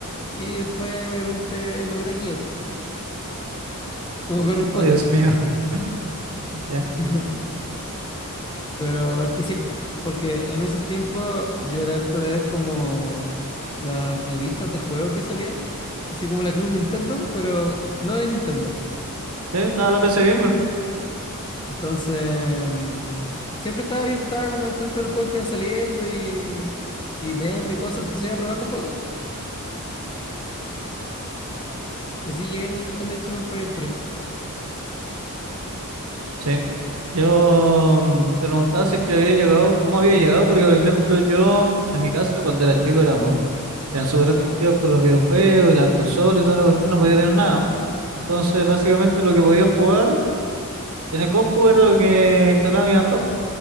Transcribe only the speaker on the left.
y después obviamente logré aquí, pues, como corresponde.
<laughs> Pero porque sí, po, porque en esos tiempos yo era harto de ver como las revistas de juegos que salían, así como la Club Nintendo, pero no de Nintendo.
Entonces, mm, siempre estaba bien, estaba como al tanto de los juegos que iban saliendo y, y demo y cosas, entonces iba probando juegos. Y así llegué al, al Age of Empires 3.
Ujú,
sí,